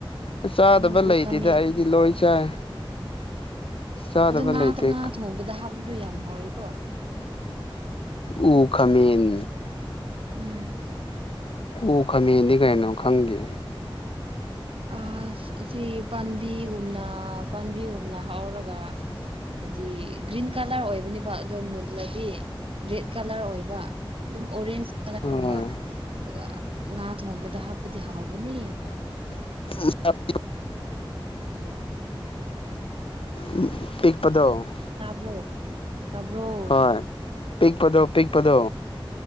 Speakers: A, on the left; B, on the right.
A: ꯆꯥꯗꯕ
B: ꯎꯝ
A: ꯂꯩꯇꯦꯗ
B: ꯎ ꯈꯥꯃꯦꯟ
A: ꯑꯩꯗꯤ ꯂꯣꯏ ꯆꯥꯏ ꯆꯥꯗꯕ
B: ꯑꯗꯣ ꯉꯥ
A: ꯂꯩꯇꯦ
B: ꯊꯣ ꯉꯥ ꯊꯣꯡꯕꯗ ꯍꯥꯞꯄꯗꯣ ꯌꯥꯝ ꯍꯥꯎꯋꯦꯀꯣ
A: ꯎ ꯈꯥꯃꯦꯟ
B: ꯎꯝ
A: ꯎ ꯈꯥꯃꯦꯟꯗꯤ ꯀꯩꯅꯣ ꯈꯪꯗꯦ
B: ꯑꯁ ꯑꯁꯤ ꯄꯥꯟꯕꯤꯒꯨꯝꯅ ꯄꯥꯟꯕꯤꯒꯨꯝꯅ ꯍꯧꯔꯒ ꯍꯥꯏꯗꯤ ꯒ꯭ꯔꯤꯟ ꯀꯂꯔ ꯑꯣꯏꯕꯅꯦꯕ ꯑꯗꯣ ꯃꯨꯜꯂꯗꯤ ꯔꯦꯠ ꯀꯂꯔ ꯑꯣꯏꯕ ꯑꯗꯨꯝ ꯑꯣꯔꯦꯟꯖ ꯀꯂꯔ
A: ꯍꯣꯏ
B: ꯒꯨꯝꯕ ꯑꯗꯨꯒ ꯉꯥ ꯊꯣꯡꯕꯗ ꯍꯥꯞꯄꯗꯤ ꯍꯥꯎꯕꯅꯤ
A: ꯂꯧꯁꯤꯟꯕ ꯉꯝꯗꯕ ꯎꯝ ꯄꯤꯛꯄꯗꯣ
B: ꯇꯥꯕ꯭ꯔꯣ ꯇꯥꯕ꯭ꯔꯣ
A: ꯍꯣꯏ ꯄꯤꯛꯄꯗꯣ ꯄꯤꯛꯄꯗꯣ